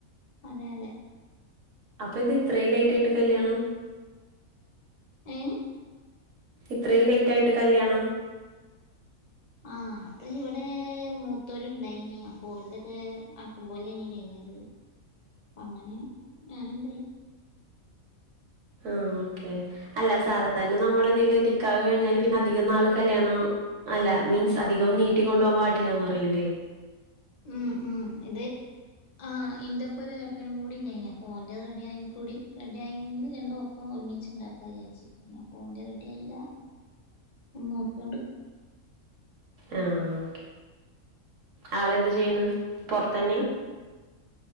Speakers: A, on the left (about 50°); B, on the right (about 65°).
A: അതെ അതെ
B: അപ്പൊ എന്താ ഇത്രയും ലേറ്റ് ആയിട്ട് കല്യാണോ
A: ഏ
B: ഇത്രയും ലേറ്റ് ആയിട്ട് കല്യാണം
A: ആഹ് അത് ഇവിടെ മൂത്തോല ഉണ്ടായിനി അപ്പലതൊക്കെ ആക്കും പോലെ ഇനി കഴിഞ്ഞത് അപ്പ അങ്ങനെ ഞാന എന്തായി
B: ആ ഓക്കെ അല്ല സാധാരണ നമ്മളതില് നിക്ക കഴിഞ്ഞാല് പിന്നെ അധികം നാള് കല്യാണ അല്ല മീൻസ് അധികം നീട്ടി കൊണ്ടുപോകാൻ പാടില്ലന്ന് അറിയില്ലേ
A: ഉം ഉ ഇത് ആ ഇന്റെ പോ ഒത്തനും കൂടി ഉണ്ടായിരുന്നു അപ്പോൾഓൻറെഡിയയിും കൂടി റെഡിയ ആയിന്നെങ്കിൽ രണ്ടും ഒപ്പം ഒരുമിച്ച് ഉണ്ടാക്കാ വിച്ചിരിക്കുന്നത് ഞാ പോന് റെഡി ആയില്ല ഒന്ന് നോക്കിയോണ്ട്
B: ആ ഓെ ആളെന്താ ചെയ്യണ് പൊറത്തന്നെയ